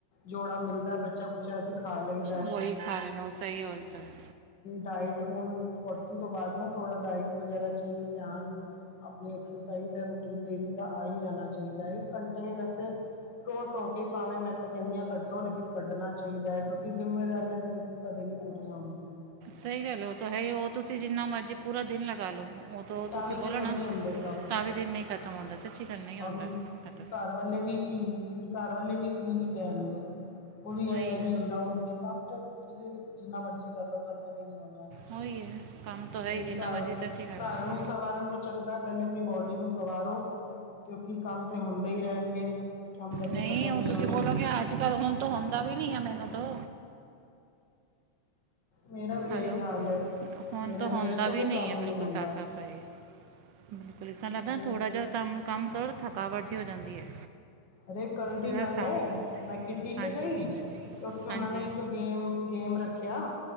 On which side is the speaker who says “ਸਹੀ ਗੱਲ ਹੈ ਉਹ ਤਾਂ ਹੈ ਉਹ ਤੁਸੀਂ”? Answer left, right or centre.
Right